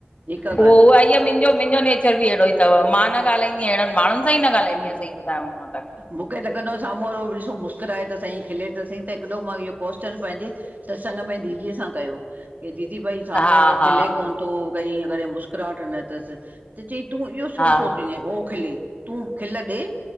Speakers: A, on the right; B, on the left.
A: जेका
B: उहो
A: ॻाल्हि
B: उहाई मुंहिंजो, मुंहिंजो नेचर बि अहिड़ो ई त, मां न ॻाल्हाईंदी आहियां अहिड़नि माण्हुनि सही न
A: आहे
B: ॻालाईंदीय आयां, सही ॿुधाया मां त।
A: मूंखे लॻंदो आहे साम्हूं वारो बि ॾिसो मुखे लॻंदो आ साम्हूं वारो मुस्कराए त साईं खिले त सईं त हिकॾो मां इहो क्वेस्शन पंहिंजे सत्संग में दीदीअ सां कयो, कि दीदी भई साम्हूं
B: हा
A: वारो
B: हा
A: खिले कोन तो, भई कॾहिं मुस्कराहट न तसि। त चयईं, तूं इहो छो
B: हा
A: सोचिजें, हो खिले, तूं खिल ॾे।